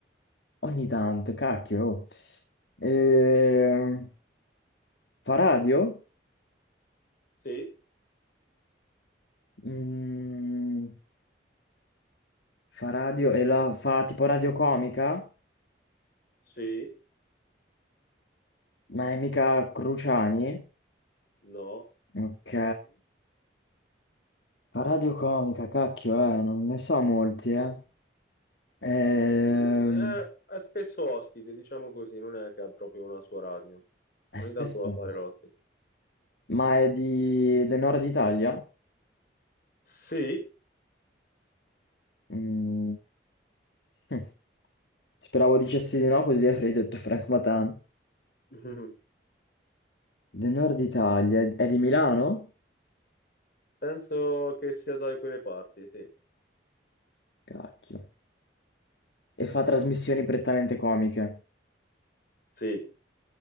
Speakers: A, on the left; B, on the left.
A: ogni tanto, cacchio. oh. Eh, fa radio?
B: Sì,
A: Mm, fa radio e la fa tipo radio comica?
B: sì,
A: Ma è mica Cruciani?
B: no.
A: Ok. Fa radio comica, cacchio, eh, non ne so molti, eh. Ehm,
B: È, è spesso ospite, diciamo così, non è che ha proprio una sua radio.
A: Eh,
B: Ogni
A: spesso...
B: tanto va a fare l'ospite.
A: Ma è di... del nord Italia?
B: Sì,
A: Mm. Hm. Speravo dicessi di no, così avrei detto Frank Matan.
B: <laughs>
A: Del nord Italia, è di Milano?
B: penso che sia da quelle parti, sì.
A: Cacchio. E fa trasmissioni prettamente comiche.
B: Sì,